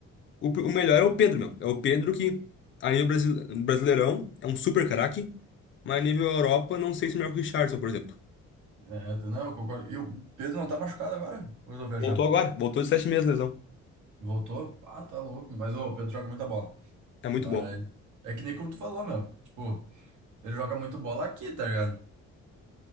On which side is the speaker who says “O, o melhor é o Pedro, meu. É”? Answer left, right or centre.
Left